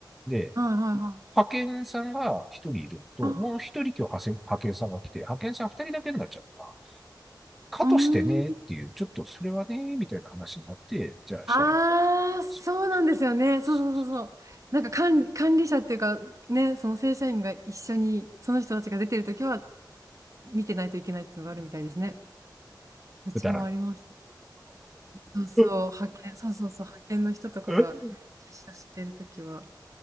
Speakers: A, in the centre; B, on the right.
A: で、
B: はいはいはい。
A: 派遣さんが一人いるのと、
B: あ、
A: もう一人今日派遣、派遣さんが来て、派遣さん二人だけになっちゃうから、かとしてねっていう、
B: うん。
A: ちょっとそれはね、みたいな話になって、じゃあ社員、
B: ああ、そうなんですよね。
A: そう
B: そうそうそうそう。
A: そうそ
B: なんか管、管理者っていうか、ね、その正社員が一緒に、その人たちが出てるときは、見てないといけないっていうのがあるみたいですね。うちもあります。
A: うくだらね
B: そうそう、
A: え。<laughs>
B: 派遣、そうそうそう、派遣の人とかが出社してるときは、
A: え